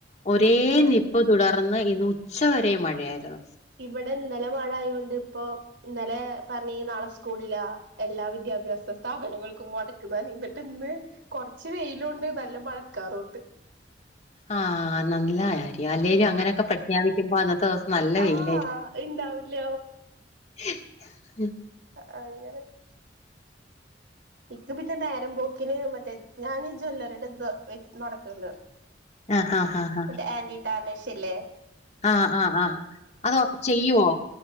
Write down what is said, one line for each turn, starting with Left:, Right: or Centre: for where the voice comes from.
Left: ഒരേ
Right: ആഹ്
Left: നിപ് പ് തുടർന്ന് ഇന്ന് ഉച്ച വരെ മഴയായിരുന്നു.
Right: ഇവിടെ ഇന്നലെ മഴ ആയോണ്ട് ഇപ്പോ ഇന്നലെ പറഞ്ഞീന് നാളെ സ്കൂളില്ലാ എല്ലാ വിദ്യാഭ്യാസ സ്ഥാപനങ്ങൾക്കും മൊടക്ക്ന്ന് പറഞ്ഞ്, എന്നിട്ട് ഇന്ന് കൊറച്ച് വെയിലൂണ്ട് നല്ല മഴക്കാറൂണ്ട്.
Left: ആഹ് നല്ല കാര്യം. അല്ലേലു അങ്ങനെയൊക്കെ പ്രഖ്യാപിക്കുമ്പോ അന്നത്തെ ദിവസം നല്ല വെയിലായിരിക്കും.
Right: ആഹ് ഇണ്ടാവില്ല
Left: <inaudible>
Right: അഹ് അങ്ങനെയൊക്കെ ഇക്ക് പിന്നെ നേരം പോക്കിന് മറ്റേ ഞാനീ ജ്വല്ലറീടെ ഇത് നടക്കണ് ണ്ട്.
Left: ആഹ് ആഹ് ആഹ്
Right: മറ്റെ ആന്റി ടാർണിഷ് ഇല്ലേ?
Left: ആഹ് ആഹ് ആഹ് അതോ ചെയ്യുവോ?